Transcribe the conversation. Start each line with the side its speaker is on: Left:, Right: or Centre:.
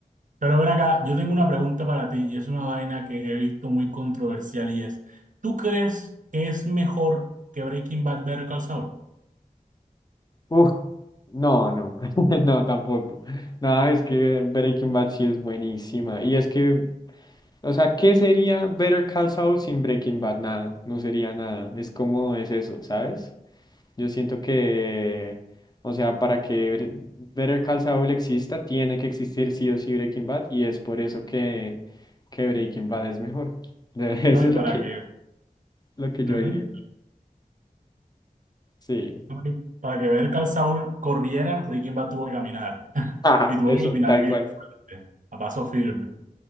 Right: Pero ven acá, yo tengo una pregunta para ti y es una vaina que he visto muy controversial y es, ¿tú crees que es mejor que Breaking Bad ver Call Saul?
Left: Uf, no, no, <laughs> no, tampoco. Nada, es que Breaking Bad sí es buenísima. Y es que O sea, ¿qué sería Better Call Saul sin Breaking Bad? Nada, no sería nada. Es como es eso, ¿sabes? Yo siento que, o sea, para que Bre- Better Call Saul exista, tiene que existir sí o sí Breaking Bad y es por eso que, que Breaking Bad es mejor. <laughs> Eso
Right: No, y
Left: es
Right: para
Left: lo que,
Right: que,
Left: lo que yo
Right: ujú,
Left: diría. Sí,
Right: no, y para que ver Call Saul corriera, Breaking Bad tuvo que caminar <laughs>
Left: Ajá.
Right: y tuvo
Left: eso,
Right: que caminar
Left: tal
Right: bien
Left: cual.
Right: fuerte, a paso firme.